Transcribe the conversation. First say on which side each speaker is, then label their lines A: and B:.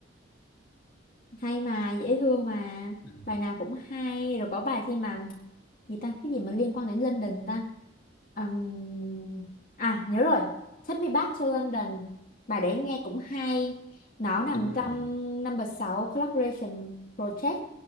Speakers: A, on the left (about 50°); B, on the left (about 80°).
A: hay mà dễ thương mà
B: Ừ.
A: bài nào cũng hay rồi có bài khi mà gì ta cái gì mà liên quan đến London ta Ừm, à nhớ rồi Take Me Back to London bài đấy nghe cũng hay nó nằm
B: đúng rồi
A: trong number 6 collaboration project